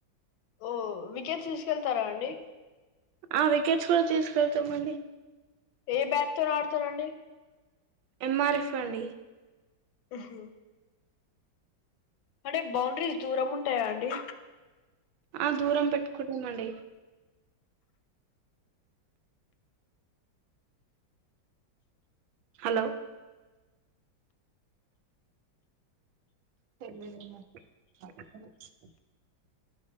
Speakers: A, on the left; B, on the right.
A: ఓ వికెట్స్ తీసుకెళ్తారా అండి.
B: ఆ వికెట్స్ కూడా తీసుకెళ్తామండి.
A: ఏ బ్యాట్ తోన్ ఆడతారండి.
B: ఎంఆర్ఎఫ్ అండి.
A: ఉహు. అంటే బౌండరీస్ దూరం ఉంటాయా అండి.
B: ఆ దూరం పెట్టుకుడుంమండి. హలో. తెల్గుదమ్మా. <unintelligible>